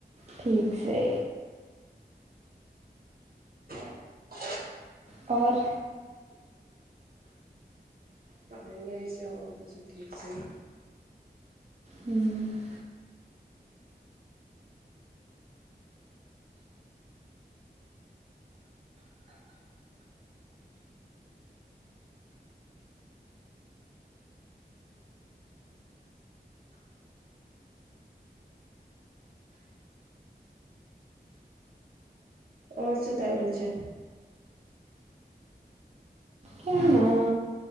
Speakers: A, on the right (about 40°); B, on the right (about 60°).
A: ઠીક છે.
B: <inaudible> <unintelligible>
A: ઓર
B: પાને એ છે તો સ ઠીક છે.
A: હમ્મ
B: હ, શું થાય રહ્યું છે.
A: ક્યાં ના